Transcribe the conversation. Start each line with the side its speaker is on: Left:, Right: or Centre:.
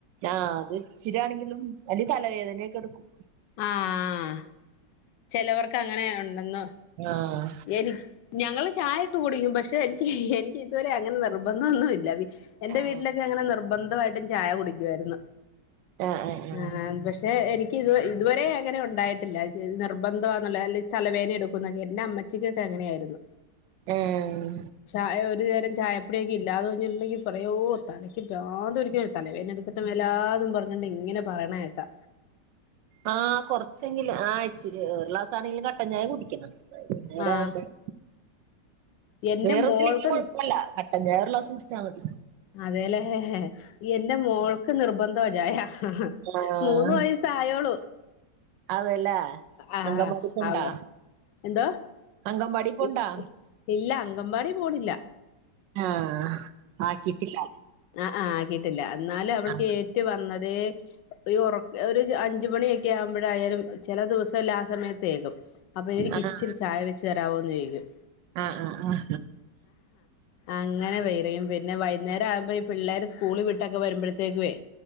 Right: ആഹ് അത് ഇച്ചിരിയാണെങ്കിലും അല്ലേ തലവേദനയൊക്കെ എടുക്കും
Left: ആഹ്. ചെലവർക്ക് അങ്ങനെ ഉണ്ടെന്നോ
Right: ആഹ്
Left: എനിക്ക് ഞങ്ങള് ചായൊക്കെ കുടിക്കും പക്ഷേ എനിക്ക് എനിക്ക് ഇതുവരെ അങ്ങനെ നിർബന്ധോന്നുല്ല. എൻ്റെ
Right: ആഹ്
Left: വീട്ടിലെക്കെ, അങ്ങനെ നിർബന്ധമായിട്ടും ചായ കുടിക്കുായിരുന്നു.
Right: ആഹ് ആഹ് ആഹ്
Left: ആ.. പക്ഷെ എനിക്ക് ഇത് ഇതുവരെ അങ്ങനെ ഉണ്ട ഉണ്ടായിട്ടില്ല നിർബന്ധമാന്നവലി തലവേദന, എടുക്കും എന്നാ. കെച്ചിലെട്ടെ.. അങ്ങനെയായിരുന്നു.
Right: ആഹ്
Left: ചായ ഒര്- ഒരുനേരം ചായപ്പെടിക്കെ ഇല്ലാഞിട്ടുണ്ടെങ്കിൽ പറയേ.. തലയ്ക്ക് പ്രാന്ത്ടിക്ണ തലവേതന എടുത്തിട്ടും വല്ലാതും പറഞ്ഞിണ്ട് ഇങ്ങനെ പറയണേക്കാ
Right: ആഹ്.. കൊറച്ചെങ്കിലും. ആ.. ഇച്ചിരി, ഒരു ക്ലാസ് ആണെങ്കിലും കട്ടൻ ചായ കുടിക്കണം. വൈകുന്നേരം
Left: ആഹ്
Right: ആകുമ്പേഴേ
Left: എന്റെ
Right: വേറെ
Left: മോൾക്ക്
Right: ഒന്നുല്ലെങ്കിലും കൊഴപ്പയില്ല കട്ടൻ ചായ ഒരു ഗ്ലാസ്സ് കുടിച്ചാ മതി.
Left: അതേല്ലേ എന്റെ മോൾക്ക് നിർബന്ധമാ ചായ
Right: ആഹ്
Left: മൂന്ന് വയസ്സായോളു
Right: അതെല്ലേ
Left: ആഹ്
Right: അങ്കൻവാടി പോണ്ടാ
Left: അവ എന്തോ?
Right: അങ്കൻവാടി
Left: <unintelligible>
Right: പോണ്ടാ
Left: ഇല്ല അംഗൻവാടി പോണില്ല
Right: ആഹ് ആക്കിട്ടില്ല
Left: ആഹ് ആഹ് കിട്ടില്ല എന്നാലും അവൾക്ക്
Right: ആഹ്
Left: ഏറ്റു വന്നതെ അയ്യോ ഒറക്ക് ഒരു അഞ്ച് മണിയൊക്കെ ആവുമ്പഴായാലും ചെല ദിവസം ല്ല ആ സമയത്തേക്കും അപ്പൊ എനിക്ക്
Right: ആഹ്
Left: ഇച്ചിരി ചായ വെച്ച് തരാവോന്ന് ചോയിക്കും
Right: ആഹ് ആഹ്
Left: അങ്ങനെ <unintelligible> പിന്നെ വൈന്നേരം ആകുമ്പോ ഈ പിള്ളേര് സ്കൂള് വിട്ടൊക്കെ വരുമ്പഴത്തേക്കുവേ